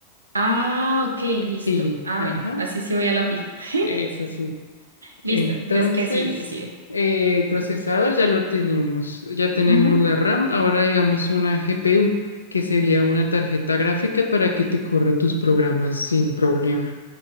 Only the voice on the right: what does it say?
Ah, ok, listo.
Ah,
bueno, así sí voy a la fija. <laughs>
Listo.
Entonces, ¿qué sigue? ¿Qué sigue?
Ujú.